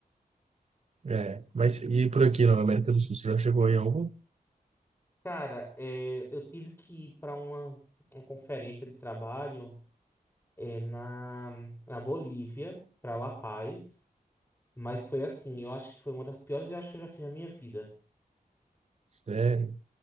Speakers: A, on the right (about 45°); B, on the left (about 15°).
A: É, mas e por aqui na América do Sul, você já chegou aí a algum?
B: Cara, é, eu tive que ir pra uma, uma conferência de trabalho é, na, na Bolívia, pra La Paz, mas foi assim, eu acho que foi uma das piores viagens que eu já fiz na minha vida.
A: Sério?